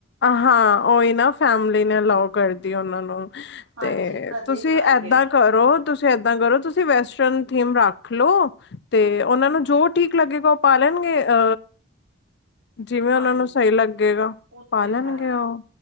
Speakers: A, on the left; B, on the right.
A: ਹਾਂ ਉਹੀ ਨਾ ਫੈਮਿਲੀ ਨੇ ਅਲਾਓ ਕਰਦੀ ਉਹਨਾਂ ਨੂੰ।
B: ਹਾਂਜੀ
A: ਤੇ
B: ਤਦੇ
A: ਤੁਸੀਂ
B: ਕਰਕੇ
A: ਏਦਾਂ ਕਰੋ ਤੁਸੀਂ ਏਦਾਂ ਕਰੋ ਤੁਸੀਂ ਵੈਸ ਥੀਮ ਰੱਖ ਲੋ ਤੇ ਉਹਨਾਂ ਨੂੰ ਜੋ ਠੀਕ ਲੱਗੇਗਾ ਉਹ ਪਾ ਲੈਣਗੇ ਅ ਜਿਵੇਂ
B: ਹਾਂਜੀ
A: ਉਹਨਾਂ ਨੂੰ ਸਹੀ ਲੱਗੇਗਾ।
B: ਉਹ
A: ਪਾ
B: ਤੇ
A: ਲੈਣਗੇ
B: ਹੈ
A: ਉਹ।